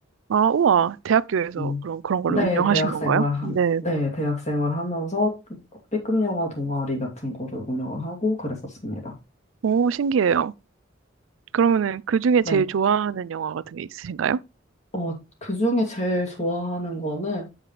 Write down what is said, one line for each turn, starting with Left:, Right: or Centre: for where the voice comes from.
Right: 아, 우와. 대학교에서
Left: 음,
Right: 그런, 그런 거를
Left: 네,
Right: 운영하신
Left: 대학
Right: 건가요?
Left: 생활, 함-
Right: 네.
Left: 네, 대학 생활 하면서 B급 영화 동아리 같은 거를 운영을 하고 그랬었습니다.
Right: 오, 신기해요. 그러면은 그 중에
Left: 네.
Right: 제일 좋아하는 영화 같은 게 있으신가요?
Left: 어, 그 중에 제일 좋아하는 거는,